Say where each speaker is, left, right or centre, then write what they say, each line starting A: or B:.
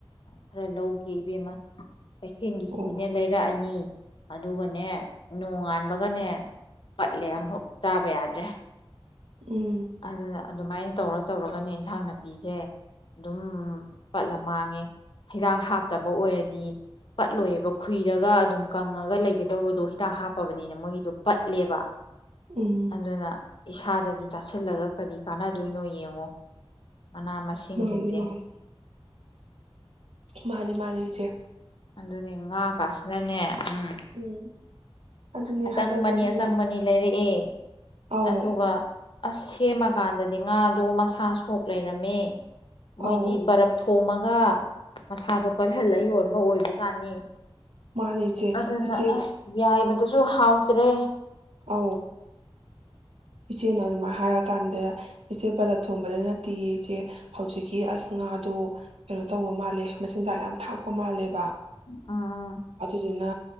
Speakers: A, on the left (about 55°); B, on the right (about 85°).
A: ꯈꯔ ꯂꯧꯒꯦ ꯏꯕꯦꯝꯃ ꯑꯩ ꯐꯦꯟꯒꯤꯁꯤꯗꯤꯅꯦ
B: ꯑꯣ
A: ꯂꯩꯔꯛꯑꯅꯤ ꯑꯗꯨꯒꯅꯦ ꯅꯣꯡꯉꯥꯟꯕꯒꯅꯦ ꯄꯠꯂꯦ ꯑꯃꯝꯐꯥꯎ ꯆꯥꯕ ꯌꯥꯗ꯭ꯔꯦ
B: ꯎꯝ
A: ꯑꯗꯨꯗ ꯑꯗꯨꯃꯥꯏꯅ ꯇꯧꯔ ꯇꯧꯔꯒꯅꯦ ꯏꯟꯁꯥꯡ ꯅꯥꯄꯤꯁꯦ ꯑꯗꯨꯝ ꯄꯠꯂ ꯃꯥꯡꯉꯦ ꯍꯤꯗꯥꯛ ꯍꯥꯞꯇꯕ ꯑꯣꯏꯔꯗꯤ ꯄꯠꯂꯣꯏꯑꯕ ꯈꯨꯏꯔꯒ ꯑꯗꯨꯝ ꯀꯪꯉꯒ ꯂꯩꯒꯗꯧꯕꯗꯣ ꯍꯤꯗꯥꯛ ꯍꯥꯞꯄꯕꯅꯤꯅ ꯃꯣꯏꯒꯤꯗꯣ ꯄꯠꯂꯦꯕ
B: ꯎꯝ
A: ꯑꯜꯂꯅ ꯏꯁꯥꯗꯗꯤ ꯆꯥꯁꯤꯜꯂꯒ ꯀꯔꯤ ꯀꯥꯟꯅꯗꯣꯏꯅꯣ ꯌꯦꯡꯉꯣ ꯃꯅꯥ ꯃꯁꯤꯡꯁꯤꯡꯁꯦ
B: ꯃꯥꯅꯤ ꯃꯥꯅꯤ ꯃꯥꯅꯤ ꯃꯥꯅꯤꯆꯦ
A: ꯑꯗꯨꯅꯦ ꯉꯥ ꯀꯥꯁꯤꯅꯅꯦ ꯎꯝ
B: ꯎꯝ ꯑꯗꯨꯅꯦ
A: ꯑꯆꯪꯕꯅꯤ
B: ꯍꯟꯗꯛꯇꯁꯨ
A: ꯑꯆꯪꯕꯅꯤ ꯂꯩꯔꯛꯑꯦ
B: ꯑꯧ
A: ꯑꯗꯨꯒ ꯑꯁ ꯁꯦꯝꯃꯀꯥꯟꯗꯗꯤ ꯉꯥꯗꯣ ꯃꯁꯥ ꯁꯣꯛ ꯂꯩꯔꯝꯃꯦ ꯃꯣꯏꯗꯤ
B: ꯑꯧ
A: ꯕꯔꯞ ꯊꯣꯝꯃꯒ ꯃꯁꯥꯗꯣ ꯀꯜꯍꯜꯂ ꯌꯣꯟꯕ ꯑꯣꯏꯕ ꯁꯥꯅꯤ
B: ꯃꯥꯅꯦ ꯏꯆꯦ
A: ꯑꯗꯨꯅ
B: ꯏꯆꯦ
A: ꯑꯁ ꯌꯥꯏꯕꯗꯨꯁꯨ ꯍꯥꯎꯇ꯭ꯔꯦ
B: ꯑ ꯏꯆꯦꯅ ꯑꯗꯨꯃꯥꯏ ꯍꯥꯏꯔꯀꯥꯟꯗ ꯏꯆꯦ ꯂꯞ ꯊꯣꯡꯕꯗ ꯅꯠꯇꯦ ꯏꯆꯦ ꯍꯧꯖꯤꯛꯀꯤ ꯑꯁ ꯉꯥꯗꯣ ꯀꯩꯅꯣ ꯇꯧꯕ ꯃꯥꯜꯂꯦ ꯃꯆꯤꯟꯖꯥꯛ ꯌꯥꯝ ꯊꯥꯛꯄ ꯃꯥꯜꯂꯦꯕ
A: ꯎꯝ
B: ꯑꯗꯨꯅ